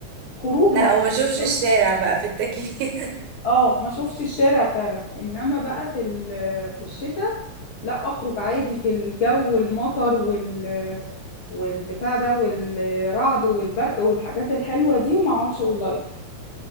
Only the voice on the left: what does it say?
خروج
لا
لو-
اه ما شوفش الشارع فعلا انما بقى في ال- في الشتاء لا اخرج عادي في الجو المطر وال والبتاع ده والرعد والبرق والحاجات الحلوة دي وما اقعدش اونلاين